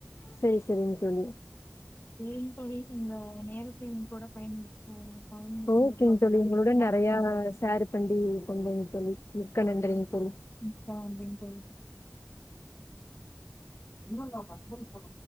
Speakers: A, on the left (about 80°); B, on the left (about 45°).
A: செரி செரிங்க தோழி
B: ஏ இப்பவே இந்த நேரத்த எங்கூட பயன் <inaudible>
A: ஓகேங்
B: ரொம்ப
A: தோழி உங்களோட
B: மிக்க நன்றிங்க
A: நெறைய
B: தோழி
A: ஷேர் பண்டி பண்றீங்க தோழி மிக்க நன்றிங்
B: <unintelligible>
A: தோழி
B: இல்லல்ல ஹஸ்பண்ட்ஸ் தா